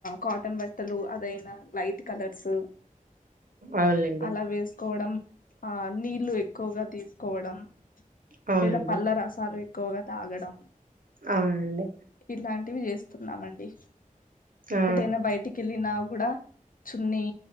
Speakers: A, on the left; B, on the right.
A: కాటన్ బట్టలు అదైనా లైట్ కలర్సు
B: అవునులేండి
A: అలా వేసుకోవడం ఆ నీళ్లు ఎక్కువగా తీసుకోవడం
B: అవునండి
A: లేదా పళ్ళ రసాలు ఎక్కువగా తాగడం
B: అవునండి.
A: ఇలాంటివి చేస్తున్నామండి
B: ఆ!
A: ఎటైనా బయటికెళ్లినావ్ కూడా చున్నీ